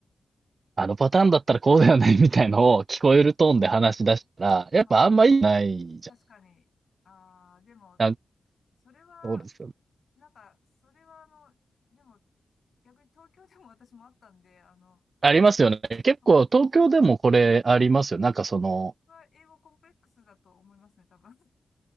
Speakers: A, on the right; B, on the left.
A: あのパターンだったらこうだよね、みたいのを聞こえるトーンで話し出したら、
B: あーうん
A: やっぱあんまいいないじゃ
B: 確かに。ああ、でも、
A: ん
B: それは、
A: そうですよね。
B: なんか、それはあの、でも、逆に東京でも私もあったんで、あの、
A: ありますよね。結構東京でもこれありますよ。
B: そう、
A: なんかその、
B: は英語コンプレックスだと思いますね、多分。